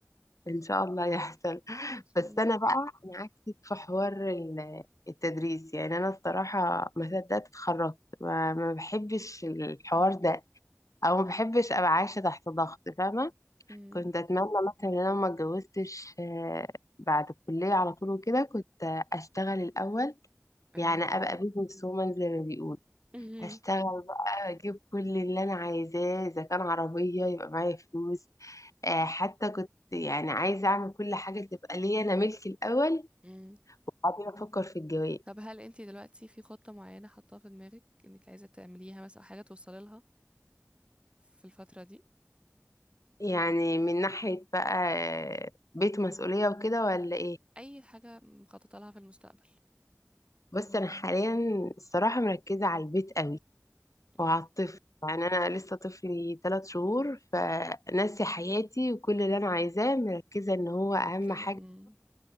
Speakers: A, on the left; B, on the right.
A: إن شاء الله يحصل
B: إن شاء
A: بس
B: الله
A: أنا بقى أنا عكسك في حوار ال- التدريس يعني أنا الصراحة ما صدقت اتخرجت ما, ما بحبش الحوار
B: أمم.
A: ده أو ما بحبش أبقى عايشة تحت ضغط فاهمة
B: أمم.
A: كنت أتمنى مثلا إن أنا ما اتجوزتش آه، بعد الكلية على طول وكده كنت أشتغل الأول
B: أي.
A: يعني أبقى بيزنس وومن زي ما بيقولوا
B: <laughs>
A: هشتغل بقى اجيب كل اللي انا عايزاه اذا كان عربيه يبقى معايا فلوس آه، حتى كنت يعني عايزه اعمل كل حاجه تبقى ليا انا ملكي الاول
B: أمم.
A: وبعدين افكر في الجواز
B: طب هل انتي دلوقتي في خطة معينة حاطاها في دماغك انك عايزة تعمليها مثلا أو حاجة توصلي لها في الفترة دي
A: يعني من ناحيه بقى آه، بيت مسؤوليه وكده ولا ايه
B: اي حاجة مخططة لها في المستقبل
A: بس انا حاليا الصراحه مركزه على البيت قوي
B: مم.
A: وعلى الطفل يعني انا لسه طفلي ثلاث شهور فناسي حياتي وكل اللي انا عايزاه مركزه ان هو
B: مركزة
A: اهم حاجه
B: مم.